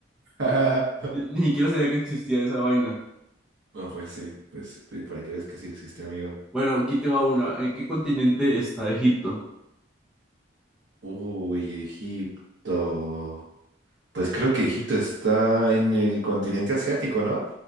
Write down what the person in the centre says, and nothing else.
Yo Ni siquiera sabía que existía esa vaina.
Bueno, aquí te va una. ¿En qué continente está Egipto?